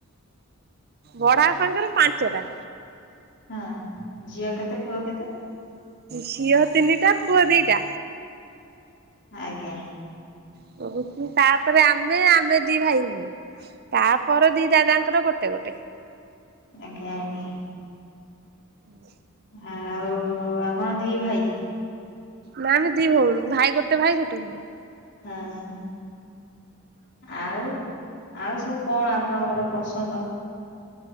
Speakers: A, on the right; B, on the left.
A: ବଡା ସାଙ୍ଗରେ ପାଞ୍ଚଟା
B: ହଁ। ଝିଅ କେତେ ପୁଅ କେତେ
A: ଝିଅ ତିନିଟା ପୁଅ ଦିଟା
B: ଆଜ୍ଞା।
A: <unintelligible> ତାପରେ ଆମେ ଆମେ ଦି ଭାଇ ଭଉ ତାପର ଦି ଦାଦାଙ୍କର ଗୋଟ ଟେ ଗୋଟେ
B: ଆଜ୍ଞା ଆଜ୍ଞା।
A: ମୋ
B: ଆଉ ଆପଣ ଦି ଭାଇ
A: ନା ଆମେ ଦି ଭଉଣୀ ଭାଇ ଗୋଟେ ଭାଇ ଗୋଟେ ଭଉଣୀ।
B: ହଁ, ହଁ। ଆଉ। ଆଉ ସବୁ କଣ ଆପଣଙ୍କର ପସନ୍ଦ?